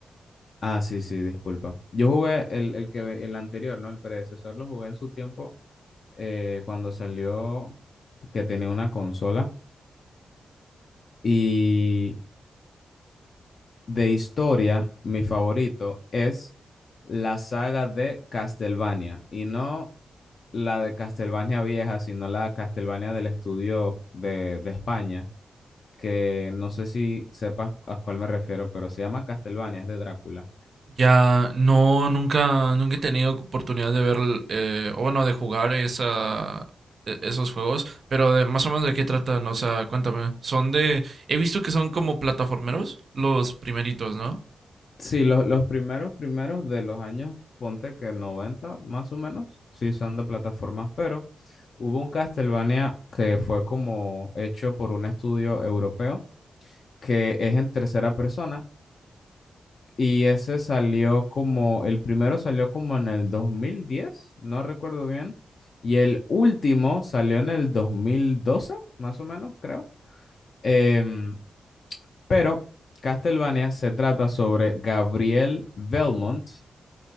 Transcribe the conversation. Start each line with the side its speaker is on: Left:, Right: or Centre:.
Left: Ah, sí, sí, disculpa. Yo jugué el, el que, ve- el anterior, ¿no? El predecesor lo jugué en su tiempo eh, cuando salió, que tenía una consola. Y de historia, mi favorito es la saga de Castlevania. Y no la de Castlevania vieja, sino la Castlevania del estudio de, de España, que no sé si sepas a cuál me refiero, pero se llama Castlevania, es de Drácula.
Right: Ya no, nunca, nunca he tenido oportunidad de ver, eh, o bueno, de jugar esa, e- esos juegos, pero de más o menos de qué tratan, o sea, cuéntame. Son de, he visto que son como plataformeros, los primeritos, ¿no?
Left: Sí, los, los primeros, primeros de los años, ponte que 90 más o menos, sí son de plataformas, pero hubo un Castlevania que fue como hecho por un estudio europeo, que es en tercera persona Y ese salió como, el primero salió como en el dos mil diez no recuerdo bien. Y el último salió en el 2012 más o menos, creo. Em, pero Castlevania se trata sobre Gabriel Belmont,